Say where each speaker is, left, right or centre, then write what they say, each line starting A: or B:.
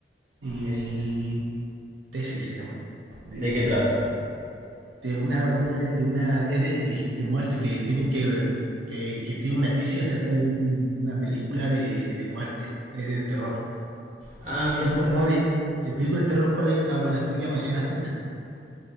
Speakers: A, on the right; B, on the right.
A: Y
B: decís.
A: Tesis se llama, de
B: ¿De qué trata?
A: de una, de una, de una- es de, de- de muerte que tiene que, que, que tiene una tesis acerca de un- una película de, de muerte, es de terror.
B: Ah, mira.
A: No, no, de, de película de terror, ¿cuál hay? Ah, bueno, tú ya mencionaste una.